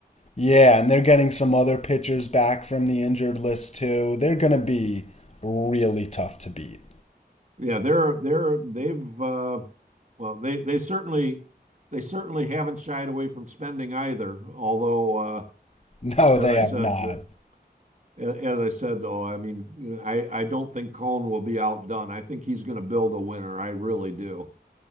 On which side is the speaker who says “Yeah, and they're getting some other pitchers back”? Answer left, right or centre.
Left